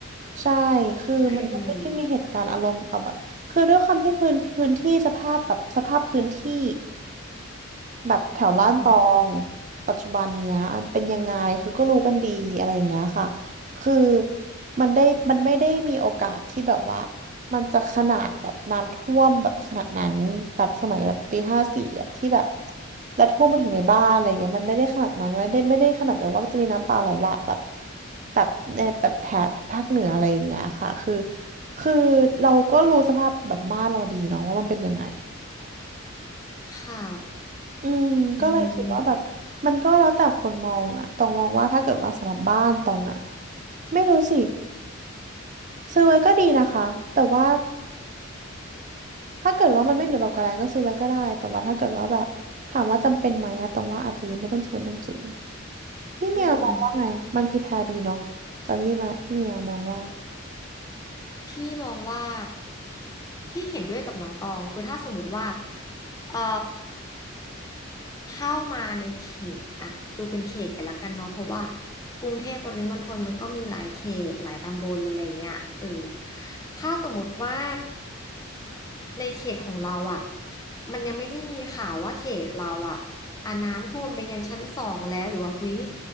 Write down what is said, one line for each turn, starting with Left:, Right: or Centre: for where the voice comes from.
Right: ใช่ คือมันก็ไม่ได้มีเหตุการณ์อารมณ์เอาแบบ
Left: เข้าใจเลย
Right: คือด้วยความที่พื้นพื้นที่สภาพแบบสภาพพื้นที่ แบบแถวบ้านตอง
Left: ค่ะ
Right: ปัจจุบันเนี้ยเป็นยังไงคือก็รู้กันดีอะไรอย่างเงี้ยค่ะคือมันได้มันไม่ได้มีโอกาสที่แบบว่ามันจะขนาดแบบน้ำท่วมแบบขนาดนั้นแบบสมัยแบบปีห้าสี่แบบที่แบบแล้วท่วมมาถึงในบ้านอะไรเงี้ยมันไม่ได้ขนาดนั้นไม่ได้ไม่ได้ขนาดแบบว่ามันจะมีน้ำป่าไหลหลากแบบแบบในแบบแถบภาคเหนืออะไรอย่างเงี้ยค่ะคือคือเราก็รู้สภาพแบบบ้านเราดีเนาะว่ามันเป็นยังไง
Left: ค่ะ
Right: อืมก็เลยคิดว่าแบบมันก็แล้วแต่คนมองอะตองมองว่าถ้าเกิดว่าสำหรับบ้านตองอะ
Left: อืม
Right: ไม่รู้สิซื้อไว้ก็ดีนะคะแต่ว่าถ้าเกิดว่ามันไม่เหลือแบบกระไรก็ซื้อไว้ก็ได้แต่ว่าถ้าเกิดว่าแบบถามว่าจำเป็นไหมอะตองว่าอาจจะยังไม่ต้องจำเป็นต้องซื้อพี่เมียมองว่าไงมันพรีแพร์ดีเนาะแต่พี่มาพี่เมียมองว่า
Left: อืมพี่มองว่าพี่เห็นด้วยกับน้องตองคือถ้าสมมติว่าเอ่อเข้ามาในเขตอ่ะดูเป็นเขตไปละกันเนาะเพราะว่ากรุงเทพปริมณฑลมันก็มีหลายเขตหลายตำบลอะไรเงี้ยเออถ้าสมมติว่าในเขตของเราอ่ะมันยังไม่ได้มีข่าวว่าเขตเราอ่ะอ่ะน้ำท่วมไปยันชั้นสองแล้วหรือว่าหุ้ย